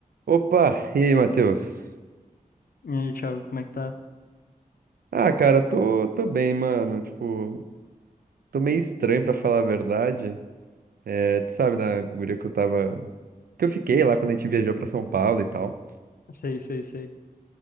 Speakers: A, on the right (about 85°); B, on the left (about 80°).
A: Opa, e aí, Matheus?
B: E aí, Thiago, como é que tá?
A: Ah, cara, tô, tô bem, mano. Tipo, tô meio estranho pra falar a verdade. É, tu sabe, na guria que eu tava. Que eu fiquei lá quando a gente viajou pra São Paulo e tal.
B: Sei, sei, sei.